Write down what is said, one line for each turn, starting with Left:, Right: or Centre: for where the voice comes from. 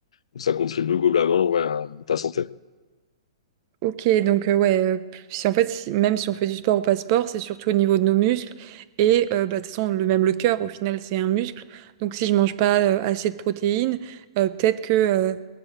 Left: Donc ça contribue globalement ouais, à ta santé.
Right: Ok, donc euh, ouais, euh, si en fait, si- même si on fait du sport ou pas de sport, c'est surtout au niveau de nos muscles et euh, bah, de toute façon, le même le cœur, au final, c'est un muscle. Donc si je mange pas euh, assez de protéines, euh, peut-être que euh,